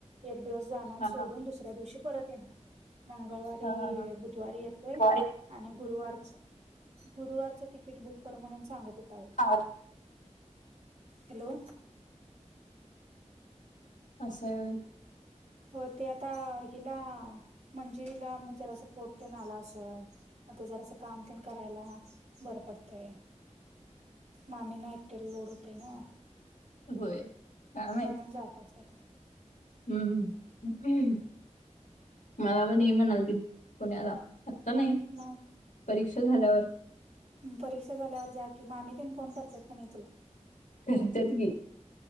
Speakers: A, on the right; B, on the left.
A: एक दिवस जाणार
B: हा
A: सोडून
B: हा
A: दुस दुसऱ्या दिवशी परत येणार मंगळवारी,
B: हा हा हा
A: बुधवारी येतोय.
B: वारी.
A: आणि गुरुवारच- गुरुवारचं तिकीट बुक कर म्हणून सांगत होता बाई.
B: हां.
A: हॅलो
B: अस हाय होय.
A: होय ते आता हिला मंजिरीला म जरास पोट तेन आल असल. म ते जरास काम तेन करायला बरं पडतंय. मामीना एकटीला लोड होतय नव
B: होय काय माहित
A: म्हणून जात असल.
B: हम्म हम्म मला पण ते म्हणालतीत पुण्याला आत्ता नाही
A: मग
B: परीक्षा झाल्यावर
A: परीक्षा झाल्यावर जा की मामी तेन फोन करत्यात की नाही तुला?
B: करत्यात कि.